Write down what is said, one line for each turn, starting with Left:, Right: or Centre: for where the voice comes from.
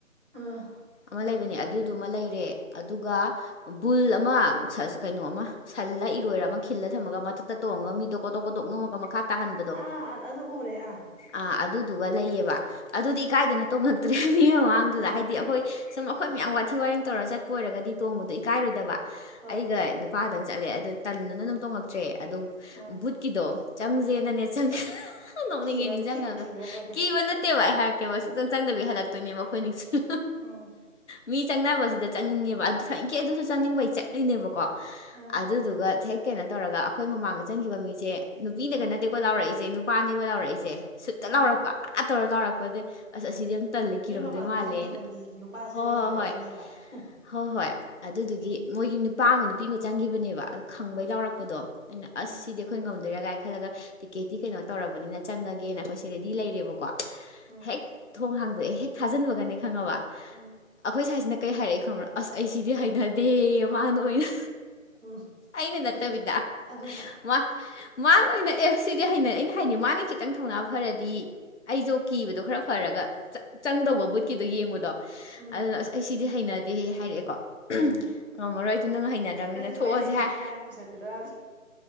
Right: ꯎꯝ
Left: ꯑꯃ ꯂꯩꯕꯅꯦ ꯑꯗꯨꯗꯨꯃ ꯂꯩꯔꯦ ꯑꯗꯨꯒ ꯕꯨꯜ ꯑꯃ ꯀꯩꯅꯣ ꯑꯃ ꯁꯜꯂ ꯏꯔꯣꯏꯔ ꯑꯃ ꯈꯤꯜꯂ ꯊꯝꯃꯒ ꯃꯊ ꯇ ꯇꯣꯡꯉꯒ ꯃꯤꯗꯣ ꯀꯣꯇꯣꯛ ꯀꯣꯇꯣꯛ ꯉꯝꯉꯒ ꯃꯈꯥ ꯇꯥꯍꯟꯕꯗꯣ
Right: ꯑꯥ ꯑꯗꯨ ꯎꯔꯦ ꯑꯥ
Left: ꯑꯥ ꯑꯗꯨꯗꯨꯒ ꯂꯩꯌꯦꯕ ꯑꯗꯨꯗꯤ ꯏꯀꯥꯏꯗꯅ ꯇꯣꯡꯉꯛꯇ꯭ꯔꯦ ꯃꯤ ꯃꯃꯥꯡꯗꯨꯗ
Right: ꯎꯝ
Left: ꯍꯥꯏꯗꯤ
Right: ꯎꯝ
Left: ꯑꯩꯈꯣꯏ ꯁꯨꯝ ꯑꯩꯈꯣꯏ ꯃꯌꯥꯝ ꯋꯥꯊꯤ ꯋꯥꯔꯦꯝ ꯇꯧꯔꯒ ꯆꯠꯄ ꯑꯣꯏꯔꯒꯗꯤ ꯇꯣꯡꯕꯗꯣ ꯏꯀꯥꯏꯔꯣꯏꯗꯕ
Right: ꯍꯣꯏ
Left: ꯑꯩꯒ ꯅꯨꯄꯥꯗꯪ ꯆꯠꯂꯦ ꯑꯗꯣ ꯇꯟꯅꯅ ꯑꯗꯨꯝ ꯇꯣꯡꯉꯛꯇ꯭ꯔꯦ ꯑꯗꯨ
Right: ꯎꯝ
Left: ꯕꯨꯠꯀꯤꯗꯣ ꯆꯪꯁꯦꯅꯅꯦ
Right: ꯎꯝ
Left: ꯆꯪꯉ ꯅ‌ꯣꯛꯅꯤꯡꯉꯦ
Right: ꯀꯤꯕ꯭ꯔꯥ
Left: ꯅꯤꯡꯁꯪꯉꯒ
Right: ꯀꯤꯕꯨ ꯀꯤꯕ꯭ꯔꯕ ꯑꯗꯣ
Left: ꯀꯤꯕ ꯅꯠꯇ ꯇꯦꯕ ꯑꯩ ꯍꯥꯏꯔꯛꯀꯦꯕ ꯁꯨꯛꯆꯪ ꯆꯪꯗꯕꯤ ꯍꯜꯂꯛꯇꯣꯏꯅꯦꯕ ꯑꯩꯈꯣꯏ ꯅꯤꯡꯁꯤꯡ
Right: ꯎꯝ
Left: ꯃꯤ ꯆꯪꯅꯕꯁꯤꯗ ꯆꯪꯅꯤꯡꯉꯦꯕ ꯑꯗꯨꯁꯨ ꯊꯋ‌ꯣꯏꯀꯤ ꯑꯗꯨꯁꯨ ꯆꯪꯅꯤꯡꯕꯩ ꯆꯠ ꯆꯠꯂꯤꯅꯦꯕꯀꯣ
Right: ꯑꯥ
Left: ꯑꯗꯨꯗꯨꯒ ꯍꯦꯛ ꯀꯩꯅꯣ ꯇꯧꯔꯒ ꯑꯩꯈꯣꯏ ꯃꯃꯥꯡꯗ ꯆꯪꯈꯤꯕ ꯃꯤꯁꯦ ꯅꯨꯄꯤꯅꯒ ꯅꯠꯇꯦꯀꯣ ꯂꯥꯎꯔꯛꯏꯖ‌ꯦ ꯅꯨꯄꯥꯅꯦꯕ ꯂꯥꯎꯔꯛꯏꯖ‌ꯦ ꯁꯨꯠꯇ
Right: ꯎꯝ
Left: ꯂꯥꯎꯔꯛꯄ ꯑꯥ ꯇꯧꯔ
Right: ꯎꯝ
Left: ꯂꯥꯎꯔꯛꯄꯗꯩ ꯑꯁ ꯑꯁꯤꯗꯤ ꯌꯥꯝ ꯇꯜꯂꯦ ꯀꯤꯔꯝꯗꯣꯏ
Right: ꯅꯣꯏ ꯃꯃꯥꯡꯗ
Left: ꯃꯥꯜꯂꯦꯅ
Right: ꯆꯪꯈꯤꯕ ꯃꯤꯗꯤ ꯅꯨꯄꯥꯁꯦ
Left: ꯍꯣ
Right: ꯑꯣꯏꯅ
Left: ꯍꯣ
Right: ꯂꯥꯎꯔꯛꯏꯅꯦꯕ
Left: ꯍꯣꯏ
Right: ꯎꯝ
Left: ꯍꯣ ꯍꯣꯏ ꯑꯗꯨꯗꯨꯒꯤ
Right: ꯎꯝ
Left: ꯃꯣꯏꯒꯤ ꯅꯨꯄꯥ ꯑꯝꯒ ꯅꯨꯄꯤ ꯑꯃ ꯆꯪꯈꯤꯕꯅꯦꯕ ꯑꯣ ꯈꯪꯕꯩ
Right: ꯎꯝ
Left: ꯂꯥꯎꯔꯛꯄꯗꯣ ꯑꯩꯅ ꯑꯁ
Right: ꯎꯝ
Left: ꯁꯤꯗꯤ ꯑꯩꯈꯣꯏ ꯉꯝꯗꯣꯏꯔꯥ ꯀꯥꯏꯅ ꯈꯜꯂꯒ ꯇꯤꯛꯀꯦꯠꯇꯤ ꯀꯩꯅꯣ ꯇꯧꯔꯕꯅꯤꯅ ꯆꯪꯉꯒꯦꯅ ꯑꯩꯈꯣꯏꯁꯦ ꯔꯦꯗꯤ ꯂꯩꯔꯦꯕꯀꯣ
Right: ꯎꯝ
Left: ꯍꯦꯛ ꯊꯣꯡ ꯍꯥꯡꯗꯣꯛꯑꯦ ꯍꯦꯛ ꯊꯥꯖꯤꯟꯕꯒꯅ‌ꯦ ꯈꯪꯉꯕ
Right: ꯎꯝ
Left: ꯑꯩꯈꯣꯏ ꯁꯥꯏꯁꯤꯅ ꯀꯩ ꯍꯥꯏꯔꯛꯏ ꯈꯪꯕ꯭ꯔꯥ ꯑꯁ ꯑꯩ ꯁꯤꯗꯤ ꯍꯩꯅꯗꯦ‌‌ꯍ‌ꯦ ꯃꯥꯅ ꯑꯣꯏꯅ
Right: ꯎꯝ
Left: ꯑꯩꯅ
Right: ꯑꯗꯨꯝ
Left: ꯅꯠꯇꯕꯤꯗ
Right: ꯑꯗꯨꯝ
Left: ꯃꯥ ꯃꯥꯅ ꯑꯣꯏꯅ ꯑꯦ ꯁꯤꯗꯤ ꯍꯥꯏꯅꯩ ꯑꯩꯅ ꯍꯥꯏꯗꯤ ꯃꯥꯅ ꯈꯤꯇꯪ ꯊꯧꯅꯥ ꯐꯔꯗꯤ ꯑꯩꯖ‌ꯣ ꯀꯤꯕꯗꯣ ꯈꯔ ꯐꯔꯒ ꯆ ꯆꯪꯗꯧꯕ ꯕꯨꯠꯀꯤꯗ‌ꯣ ꯌꯦꯡꯕꯗꯣ
Right: ꯎꯝ
Left: ꯑꯗꯨꯅ ꯑꯁ ꯑꯩ ꯁꯤꯗꯤ ꯍꯩꯅꯗꯦꯍ‌ꯦ ꯍꯥꯏꯔꯛꯑꯦꯀꯣ
Right: ꯎꯝ
Left: ꯉꯝꯃꯔꯣꯏ ꯑꯩꯁꯨ ꯅꯪ ꯍꯩꯅꯗ꯭ꯔꯕꯅꯤꯅ
Right: ꯅꯪꯁꯨ
Left: ꯊꯣꯛꯑꯁꯦ
Right: ꯑꯩ ꯂꯩꯁꯤꯗꯤ
Left: ꯍꯥꯏ
Right: ꯍꯥꯏꯔ ꯄꯨꯁꯜꯂꯣ ꯌꯥꯗ꯭ꯔꯣ